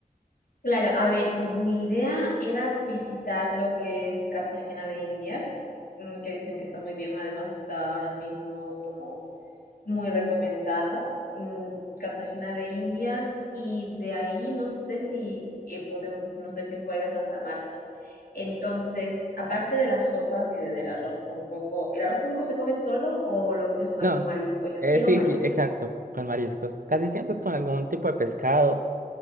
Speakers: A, on the left; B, on the right.
A: Claro, a ver, mi idea era visitar lo que es Cartagena de Indias, mm, que dicen que está muy bien, además está ahora mismo como muy recomendado. mm, Cartagena de Indias, y de ahí no sé si eh, podemos, nos dé tiempo para ir a Santa Marta. Entonces, aparte de las sopas y de- del arroz con coco, ¿el arroz con coco se come solo o lo comes con
B: No,
A: algún marisco? Yo
B: eh,
A: quiero
B: sí,
A: marisco.
B: sí, exacto, con mariscos. Casi siempre es con algún tipo de pescado.